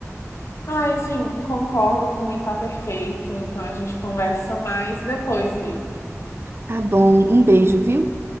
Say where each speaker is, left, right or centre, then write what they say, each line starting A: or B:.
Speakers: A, on the left; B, on the right.
A: Ai, assim, concordo, por mim tá perfeito, então a gente conversa mais depois mesmo.
B: Tá bom, um beijo, viu?